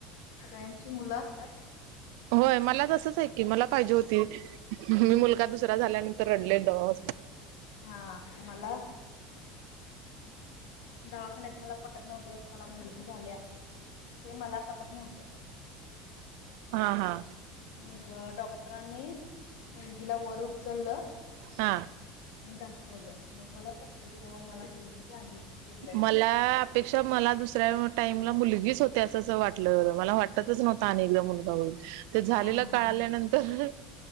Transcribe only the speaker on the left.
सगळ्यांची मुलं असतात
हा मला दवाखान्यात मला पटत नव्हते मला मुलगी झाल्या हे मला पटत नव्हतं
मग डॉक्टरांनी मुलगीला वर उचललं.
मग दाखवलं. मग मला पटलं की बाबा मला मुलगी झाली एकदाची.
हा हा
हा